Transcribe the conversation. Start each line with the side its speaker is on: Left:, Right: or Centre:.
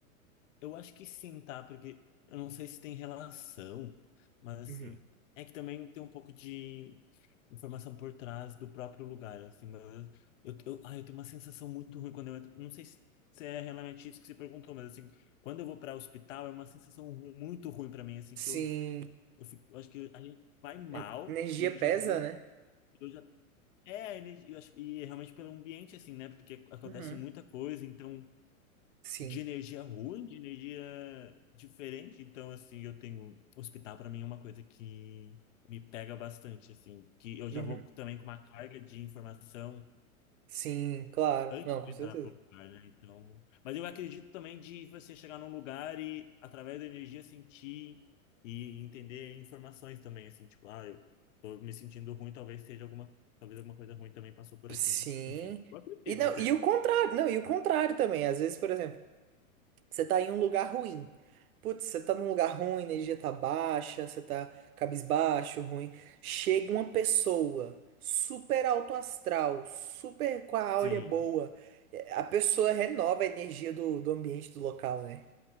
Left: Eu acho que sim, tá? Porque eu não sei se tem relação, mas assim,
Right: Uhum.
Left: é que também tem um pouco de informação por trás do próprio lugar, assim, mas eu, eu, ai, eu tenho uma sensação muito ruim quando eu entro. Não sei se se é realmente isso que você perguntou, mas assim, quando eu vou para hospital é uma sensação ru- muito ruim para mim, assim,
Right: Sim,
Left: que eu, eu, fico, eu acho que a gente vai mal
Right: en- energia
Left: e eu já
Right: pesa,
Left: vou,
Right: né?
Left: eu já. É, a energia- eu acho, e é realmente pelo ambiente, assim, né? Porque acontece
Right: Uhum.
Left: muita coisa, então
Right: Sim.
Left: de energia ruim, de energia diferente. Então, assim, eu tenho. Hospital, para mim, é uma coisa que me pega bastante, assim, que eu
Right: Uhum.
Left: já vou também com uma carga de informação
Right: Sim, claro.
Left: antes
Right: Não,
Left: de
Right: com certeza.
Left: entrar pro lugar, né? Então. Mas eu acredito também de você chegar num lugar e, através da energia, sentir e entender informações também, assim, tipo, ah, eu tô me sentindo ruim, talvez seja alguma. Talvez alguma coisa ruim também passou por
Right: Sim.
Left: aqui. Enfim, eu acredito
Right: E, não,
Left: até.
Right: e o contrário, não, e o contrário também. Às vezes, por exemplo. Você tá em um lugar ruim. Putz, você tá num lugar ruim, a energia tá baixa, você tá cabisbaixo, ruim. Chega uma pessoa super alto astral, super com a áurea
Left: Sim,
Right: boa. É, A pessoa renova a energia do, do ambiente, do local, né?